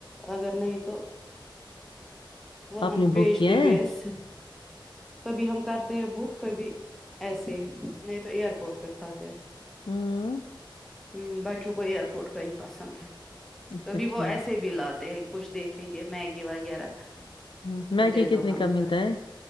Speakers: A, in the centre; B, on the left.
A: اگر نہیں تو وہاں
B: آپ نے
A: بھیجتے
B: بک کیا ہے
A: بھی ایسے کبھی ہم کرتے ہیں بک کبھی ایسے ہی نہیں تو ایئر پورٹ پہ کھاتے ہے
B: ہم
A: ہم بچوں کو ایئرپورٹ کا ہی پسند ہے
B: اچھا
A: کبھی
B: ٹھیک
A: وہ ایسے ہے دلاتے ہے کچھ دیکھیں گے میگی وغیرہ
B: ہوں،
A: تو
B: میگی
A: دے
B: کتنے
A: دو ہم
B: ملتا
A: کا
B: ہے